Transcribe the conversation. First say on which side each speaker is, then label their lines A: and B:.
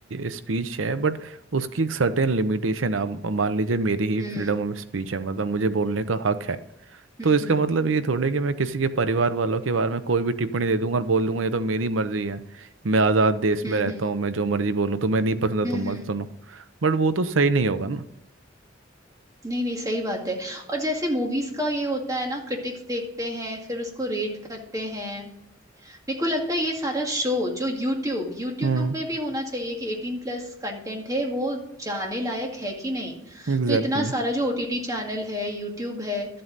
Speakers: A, on the right; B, on the right.
A: स्पीच है बट उसकी एक सर्टेन लिमिटेशन है अब मान लीजिए मेरी ही
B: हम्म
A: फ्रीडम ऑफ स्पीच है मतलब मुझे बोलने का हक है
B: हम्म
A: तो इसका
B: हम्म
A: मतलब ये थोड़े कि मैं किसी के परिवार वालों के बारे में कोई भी टिप्पणी दे दूंगा और बोल दूंगा ये तो मेरी मर्जी है मैं आज़ाद देश
B: हम्म
A: में रहता हूँ मैं जो मर्जी बोलूँ तुम्हें नहीं पसंद है
B: हम्म
A: तुम
B: हम्म
A: मत सुनो बट वो तो सही नहीं होगा ना
B: नहीं नहीं सही बात है और जैसे मूवीज का ये होता है ना क्रिटिक्स देखते हैं फिर उसको रेट करते हैं मेरे को लगता है ये सारा शो जो यूट्यूब यूट्यूब
A: हम्म
B: में भी होना चाहिए कि एटीन प्लस कंटेंट है वो जाने लायक है कि नहीं
A: एग्जैक्टली
B: तो इतना सारा जो ओटीटी चैनल है यूट्यूब है